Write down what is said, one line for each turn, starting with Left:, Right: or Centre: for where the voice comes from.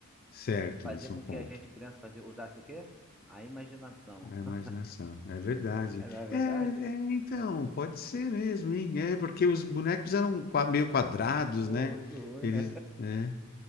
Left: Certo,
Centre: Fazer
Left: isso
Centre: com
Left: é um ponto.
Centre: que a gente, criança, fazia, usasse o quê? A imaginação.
Left: A imaginação,
Centre: <laughs>
Left: é verdade.
Centre: É, não é verdade?
Left: É, é, então, pode ser mesmo, hein? É, porque os bonecos eram qua- meio quadrados,
Centre: Pô,
Left: né?
Centre: muito ruim,
Left: Eles,
Centre: né?
Left: é.